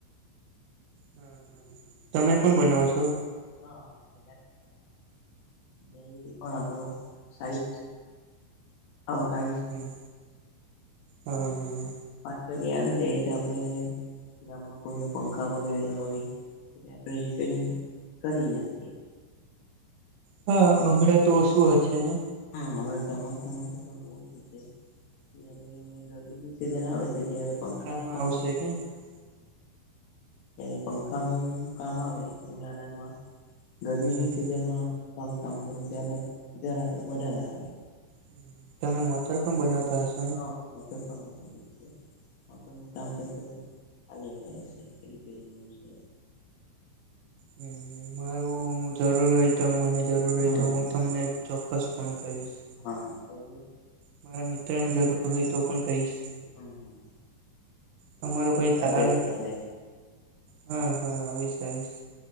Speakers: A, on the right; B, on the left.
A: હમ્મ હમ્મ, તમે પણ બનાવો છો?
B: હા <unintelligible> એ પણ આપણો સાઈટ. આવકાવી
A: હમ્મ હમ્મ હા હા.
B: પાંચ વાગે આવી જાઇએ તો આપણે ગામમાં કોઈ ન પંખા બગડેલા હોય. એ આપણેે રીપેરિંગ કરી રાખીએ.
A: હા હમણાં તો ઓ શું હશે ને.
B: હમ્મ અમારે ચોમાસામાં તો થોડું ઓછું છે ત્યારે ગરમીની સિઝન આવે છે. ત્યારે
A: ઉનાળામાં
B: પંખા કામ આવે.
A: <inaudible>
B: ત્યારે પંખા નું કામ આવે ઉનાળામાં. ગરમીની
A: હમ હમ
B: સિઝન માં સારું કામ કરું વધારે આવે.
A: હમ્મ હમ્મ. તમે માથર પણ બનાવતા હશે.
B: હાટર સ બનાએ છી. મોટર નું કામ કર કર આવ્યા કરે છે રિપેરિંગ ન છે.
A: હ મારું જરૂર હોય તો મને જરૂર હોય
B: હમ
A: તો હું. તમને ચોક્કસ ફોન કરીશ.
B: હા સા જ.
A: મારા મિત્ર ની જરૂર હોય તો પણ કહીશ.
B: હમ્મ હમ્મ
A: તમારો
B: આવો
A: કોઈ કાર્ડ
B: આધ્યાસ ક્યારે.
A: હા હા આવીસ આવીશ.